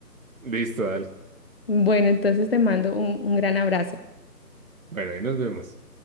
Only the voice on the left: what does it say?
Bueno, entonces te mando un un gran abrazo.